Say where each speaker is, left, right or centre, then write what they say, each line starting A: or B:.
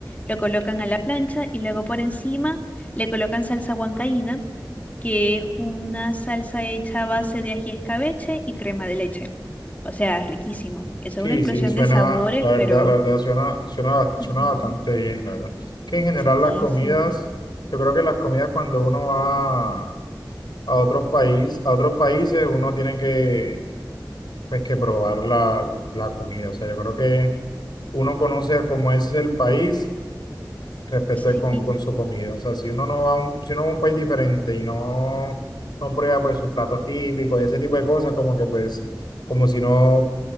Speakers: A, on the left; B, on the left.
A: lo colocan a la plancha y luego por encima le colocan salsa huancaína, que es una salsa hecha a base de ají escabeche y crema de leche. O sea, riquísimo. Eso
B: Sí,
A: es una explosión
B: sí, suena,
A: de sabores,
B: la verdad,
A: pero
B: la verdad, suena, suena, suena
A: Ujú.
B: bastante bien, la verdad. Que en general
A: riquísimo.
B: las comidas, yo creo que las comidas cuando uno va a otros país, a otros países, uno tiene que, pues, que probar la, la comida. O sea, yo creo que uno conoce cómo es el país respecto
A: Sí,
B: de con, con su comida. O sea, si uno no va a un, si uno va a un país diferente y no, no prueba pues sus platos típicos y ese tipo de cosas, como que pues, como si no,